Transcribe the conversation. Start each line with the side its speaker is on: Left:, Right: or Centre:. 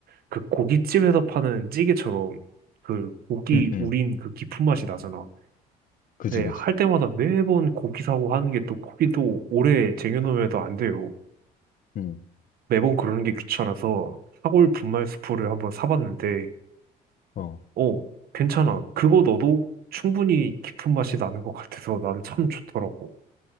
Right: 그 고깃집에서 파는 찌개처럼 그 고기
Left: 음. 음.
Right: 우린 그 깊은 맛이 나잖아.
Left: 그지
Right: 근데
Left: 그지.
Right: 할 때마다 매번 고기 사고 하는 게 또 고기 또 오래 쟁여놓으면 안 돼요.
Left: 음.
Right: 매번 그러는 게 귀찮아서 사골 분말 스프를 한번 사봤는데
Left: 어.
Right: 어 괜찮아. 그거 넣어도 충분히 깊은 맛이 나는 것 같아서 나는 참 좋더라고.